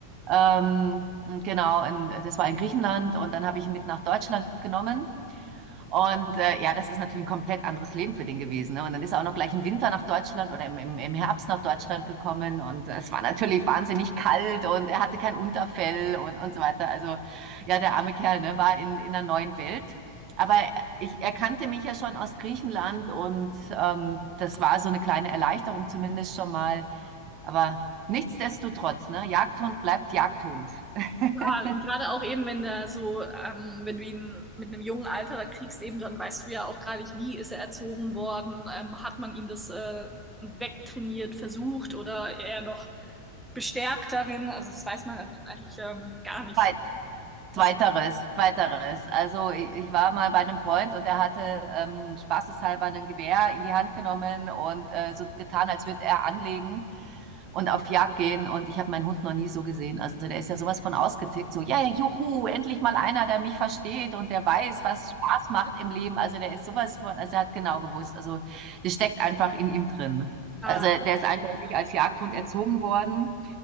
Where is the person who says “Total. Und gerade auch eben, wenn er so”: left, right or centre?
Centre